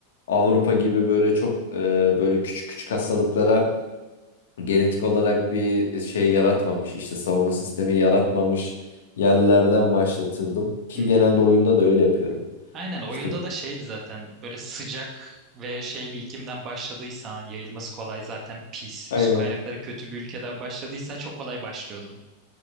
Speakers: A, on the left (about 60°); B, on the right (about 30°).
A: Avrupa gibi böyle çok e, böyle küçük küçük hastalıklara genetik olarak bir şey yaratmamış işte savunma sistemi yaratmamış yerlerden başlatırdım ki
B: Hı
A: genelde
B: hı.
A: oyunda da öyle yapıyorum.
B: Aynen oyunda
A: İşte
B: da şeydi zaten böyle sıcak ve şey bir iklimden başladıysan hani yayılması kolay zaten pis.
A: aynen.
B: Su kaynakları kötü bir ülkeden başladıysan çok kolay başlıyordun.